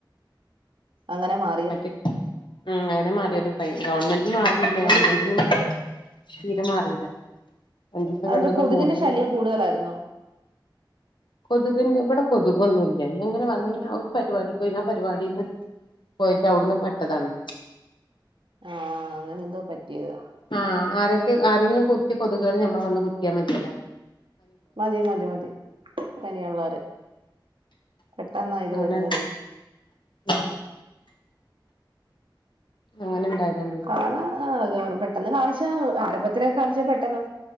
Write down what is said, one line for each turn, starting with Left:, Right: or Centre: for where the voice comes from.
Right: അങ്ങനെ മാ
Left: മറ്റെ ഹ് അങ്ങനെ മാറിയത് ഫൈൻ ഗവൺമെന്റ് ന്ന് മാറീല്ല.
Right: അത്
Left: തീരെ മാറീല്ല. അഞ്ചീസം
Right: അതെന്താ
Left: കെട്ന്നിട്ടും
Right: കൊതുകിന്റെ
Left: കൂടിന്ന്
Right: ശല്യം കൂടുതലായിരുന്നോ?
Left: കൊതുകിന്റെ ഇബെടെ കൊതുകൊന്നുല്ല. ഇഞ്ഞ് അങ്ങനെ വന്നയിഞ്ഞാ ഒരു പരിപാടിക്ക് പോയിന് ആ പരിപാടീന്ന് പോയിട്ട് അവ്ട്ന്ന് പെട്ടതാണ്.
Right: ആഹ് അങ്ങനെ എന്തോ പറ്റിയതാ
Left: ആഹ് ആരൊക്കെ ആരെങ്കിലും കുത്തിയ കൊതുകുകള് ഞമ്മളെ വന്ന് കുത്തിയാ മതിയോലെ
Right: മതി മതി മതി പനിയുള്ളവരെ പെട്ടെന്നാ ഇത്
Left: അങ്ങനെ
Right: വരുന്നതേ
Left: ഉം അങ്ങനെ ഇണ്ടായതാണ്
Right: കാരണം ഗവർ പെട്ടെന്ന് കാണിച്ച ആരംഭത്തിലൊക്കെ കാണിച്ചാ പെട്ടെന്ന്